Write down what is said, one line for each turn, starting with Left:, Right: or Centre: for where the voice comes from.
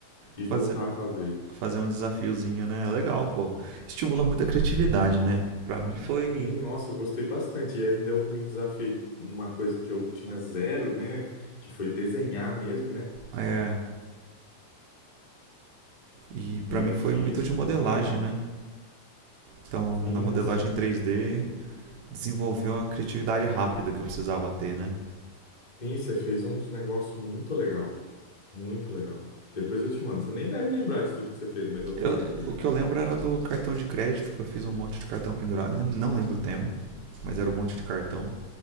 Left: e
Right: Fazer.
Left: voltar a fazer.
Right: fazer um desafiozinho, né? É Legal, pô. Estimula muito a criatividade, né? Pra mim foi.
Left: Sim, nossa, eu gostei bastante. E ainda eu me desafiei uma coisa que eu tinha zero, né? Que foi desenhar mesmo, né?
Right: É, e pra
Left: E eu
Right: mim foi
Left: fiz,
Right: muito de
Left: foi
Right: modelagem,
Left: muito legal.
Right: né? Então,
Left: Sim,
Right: na modelagem
Left: sim.
Right: três d desenvolveu uma criatividade rápida que eu precisava ter, né?
Left: Sim, você fez uns negócios muito legal. Muito legal. Depois eu te mando. Você nem deve lembrar de tudo que você fez, mas eu tenho
Right: Eu-
Left: aqui.
Right: o que eu lembro era do cartão de crédito, que eu fiz um monte de cartão pendurado. Não lembro o tema, mas era um monte de cartão.